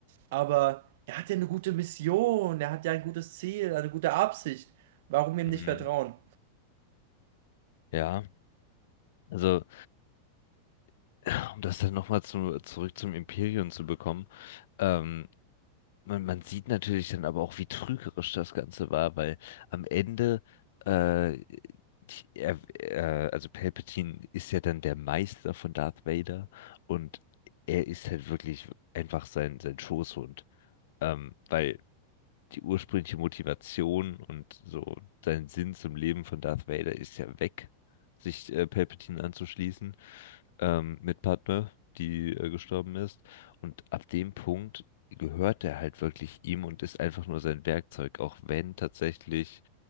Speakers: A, on the right; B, on the left.
A: aber er hat ja eine gute Mission, er hat ja ein gutes Ziel, eine gute Absicht. Warum ihm
B: Mhm.
A: nicht vertrauen?
B: Ja, also <clears throat> um das dann nochmal zu, zurück zum Imperium zu bekommen, ähm, Man, man sieht natürlich dann aber auch, wie trügerisch das Ganze war, weil am Ende, äh, ich- er, äh, also Palpatine ist ja dann der Meister von Darth Vader und er ist halt wirklich einfach sein, sein Schoßhund, ähm, weil die ursprüngliche Motivation und so sein Sinn zum Leben von Darth Vader ist ja weg, sich äh, Palpatine anzuschließen ähm, Mitpartner, die äh, gestorben ist. Und ab dem Punkt gehört er halt wirklich ihm und ist einfach nur sein Werkzeug, auch wenn tatsächlich